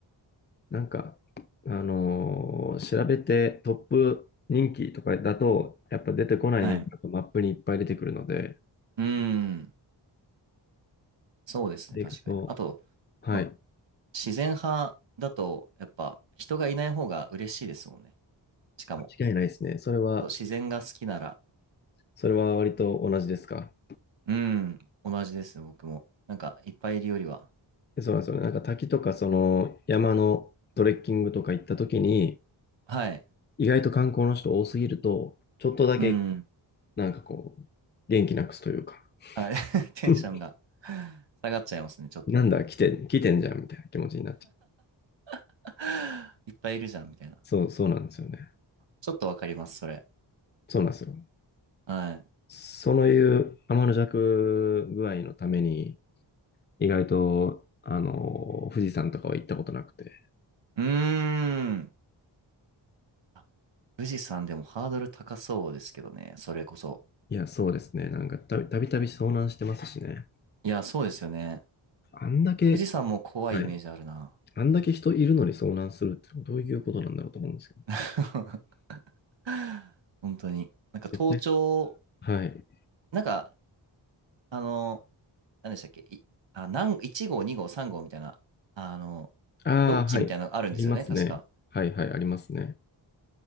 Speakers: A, on the left; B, on the right.
A: なんか、あのー調べてトップ人気とかだと、やっぱ出てこないのがマップにいっぱい出てくるので、
B: はい。うーん。そうですね、
A: でいくと、
B: 確かに。あと、
A: はい、
B: まあ自然派だと、やっぱ人がいない方が嬉しいですもんね。しかも、
A: 間違いないですね。それは、
B: そう自然が好きなら、
A: それは割と同じですか。
B: うん、同じですね僕も。なんか、いっぱいいるよりは。
A: でそうなんですよね。なんか滝とかその山のトレッキングとか行った時に、
B: はい。
A: 意外と観光の人多すぎると、ちょっとだけ
B: うん。
A: なんかこう、元気なくすというか、
B: はい。<laughs> テンションが
A: <laughs>
B: 下がっちゃいますね、ちょっと。
A: なんだ、来て、来てんじゃんみたいな気持ちになっちゃう。
B: <laughs> いっぱいいるじゃん、みたいな。
A: そう、そうなんですよね。
B: ちょっとわかります、それ。
A: そうなんですよ。
B: はい。
A: そういう天の弱具合のために、意外と、あの、富士山とかは行ったことなくて。
B: うーん。あ富士山でもハードル高そうですけどね、それこそ。
A: いや、そうですね。なんかたび、たびたび遭難してますしね。
B: いや、そうですよね。
A: あんだけ、
B: 富士山も怖いイメージあるな。
A: はい。あんだけ人いるのに遭難するってどういうことなんだろうと思うんですけど。
B: <laughs> <laughs> 本当に。なんか盗聴、
A: 絶対。はい。
B: なんか、あの、何でしたっけ、い、あ、なん1号、2号、3号みたいな、あの、
A: ああ、
B: ロッジみたいなのあるんですよね、
A: はい。ありますね。
B: 確か。
A: はいはい、ありますね。